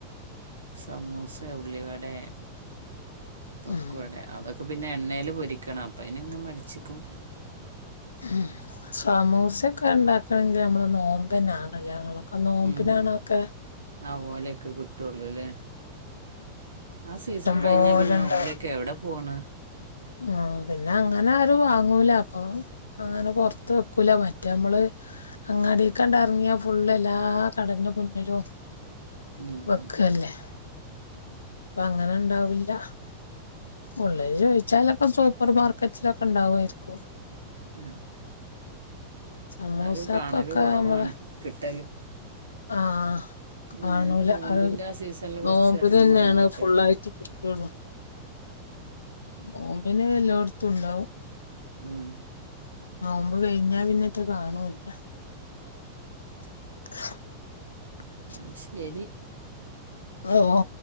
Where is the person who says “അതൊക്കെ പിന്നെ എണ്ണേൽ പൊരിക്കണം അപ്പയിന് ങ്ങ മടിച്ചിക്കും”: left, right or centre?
Right